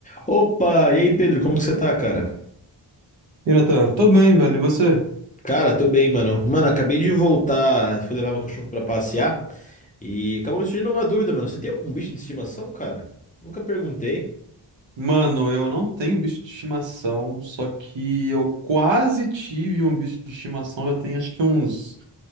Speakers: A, on the left; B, on the right.
A: Opa, e aí Pedro, como que você tá, cara?
B: E Natan, tô bem, velho. E você?
A: Cara, tô bem, mano. Mano, acabei de voltar, fui levar meu cachorro pra passear e acabou me surgindo uma dúvida, mano. Você tem algum bicho de estimação, cara? Nunca perguntei.
B: Mano, eu não tenho bicho de estimação, só que eu quase tive um bicho de estimação já tem acho que uns,